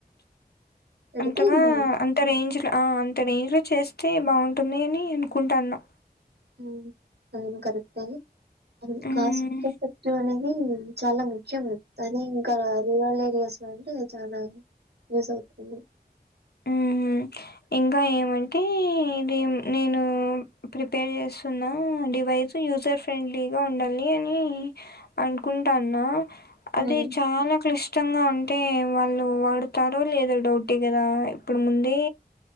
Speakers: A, on the right (about 80°); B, on the left (about 75°).
A: పెడితే
B: అంతగా
A: బావుం
B: అంత రేంజ్ లో అ ఇంత రేంజ్ లో చేస్తే బాగుంటుంది అని అనుకుంటన
A: ఉ అది కూడ కరెక్టే అది
B: మ్మ్.
A: కాస్ట్ చెప్పు పెట్టుమని నీ చాల మ- ముఖ్యం అది ఇంకా రవలెగాస్ అంటే చాల యూస్ అవుతుంది
B: ఉ ఇంకా ఏమంటే ఇది నేను ప్రిపేర్ చేస్తున్న డివైస్ యూజర్ ఫ్రెండ్లీగా ఉండాలి అని అనుకుంటానా
A: హ్మ్.
B: అది చాలా క్లిష్టంగా ఉం అంటే వాళ్ళు వాడుతారో లేదా డౌటే కదా ఇప్పుడు ముందే